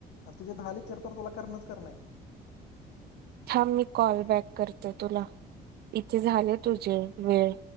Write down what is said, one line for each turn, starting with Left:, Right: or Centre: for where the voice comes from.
Left: आणि तुझे दहा लेक्चर तर तुला करणंच करणं आहे.
Right: थाम मी कॉल बॅक करते तुला इथे झाले तुझे वेळ.